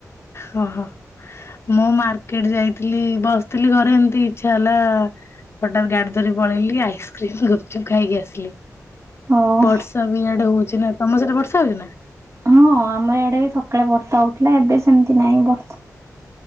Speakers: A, on the left; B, on the right.
A: ହଁ-ହଁ, ମୁଁ ମାର୍କେଟ୍ ଯାଇଥିଲି ବସିଥିଲି ଘରେ ଏମତି ଇଛା ହେଲା, ହଠାତ୍ ଗାଡ଼ି ଧରି ପଳେଇଲି ଆଇସ୍କ୍ରିମ୍ ଗୁପଚୁପ୍ ଖାଇକି ଆସିଲି,
B: ହଁ
A: ବର୍ଷା ବି ଆଡ଼େ ହଉଛି ନା ତମ ସେଠି ବର୍ଷା ହଉ ଛି ନା?
B: ହଁ ଆମେ ଏଡେ ବି ସକାଳେ ବର୍ଷା ହଉଥିଲା ଏବେ ସେମିତି ନାହିଁ ବର୍ଷ,